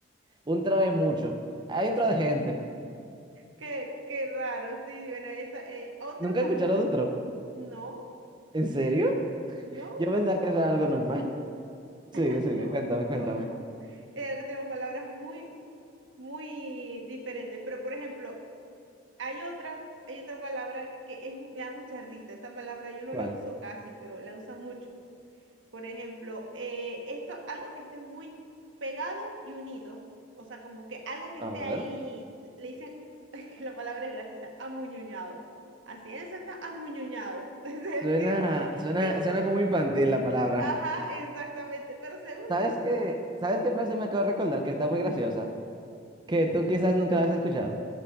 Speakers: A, on the right; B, on the right.
A: Un tro es mucho. Hay un tro de gente.
B: qué, qué raro. Sí, bueno, esa, eh, otra
A: Nunca
B: cuando...
A: he escuchado de un tro.
B: No,
A: ¿En serio?
B: no,
A: Yo pensaba que eso era algo normal. <laughs>
B: <laughs>
A: Sigue, sigue,
B: no,
A: cuéntame,
B: un
A: cuéntame.
B: trono, no. Eh, que tenemos palabras muy, muy diferentes. Pero, por ejemplo, hay otra, hay otra palabra que es, me da mucha risa. Esa palabra yo no
A: ¿Cuál?
B: la uso casi, pero la usa mucho. Por ejemplo, eh, esto, algo que esté muy pegado y unido. O sea, como que algo que
A: A
B: esté
A: ver.
B: ahí, le dicen <laughs> que la palabra es graciosa, amuñuñado. Así es, está amuñuñado. <laughs> Es decir,
A: Suena, suena,
B: que,
A: suena como infantil la palabra.
B: ajá, exactamente, pero se usa.
A: ¿Sabes qué? ¿Sabes qué frase me acabo de recordar que está muy graciosa? Que tú quizás nunca la has escuchado.